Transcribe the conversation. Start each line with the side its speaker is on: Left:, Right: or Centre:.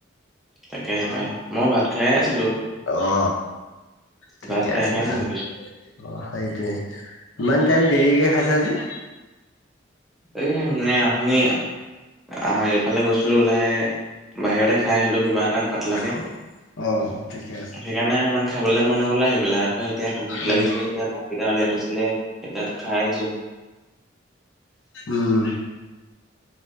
Centre: তাকেহে পাই, মই ভাত খাই আছিলো,
Left: অ ঠিকে
Centre: ভাত খাই
Left: আছে
Centre: খাই
Left: ভাল
Centre: শুনি কৈছো।
Left: অ সেইটোৱে, ইমান টাইম দেৰিকে খাইছা যে?
Centre: এহ নে আমি আহ এইফালে গৈছিলো ওলাই, বাহিৰতে খাই আহিলো কিবা এটা। পাতলাকে
Left: অ। অ ঠিকে আ
Centre: সেইকাৰণে সিমান খাবলৈ মন নগলে আহি পেলাই আকৌ এতিয়া ভোক
Left: উম
Centre: লাগিছে এতিয়া। এতিয়া লেট হৈছিলে এতিয়া খাই আহিছো।
Left: উম।